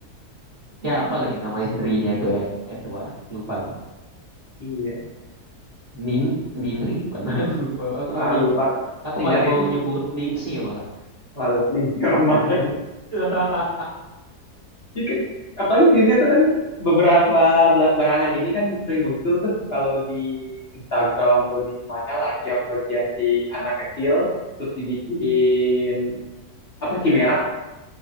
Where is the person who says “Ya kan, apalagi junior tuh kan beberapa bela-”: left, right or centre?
Left